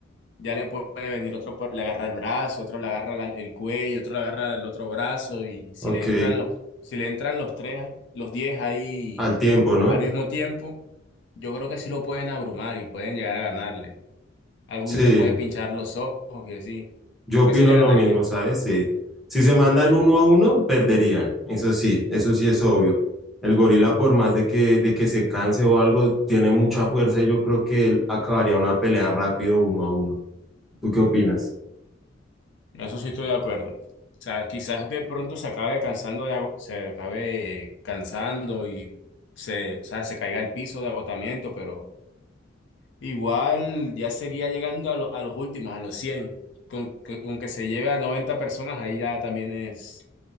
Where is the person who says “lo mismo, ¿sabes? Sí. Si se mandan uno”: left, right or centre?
Centre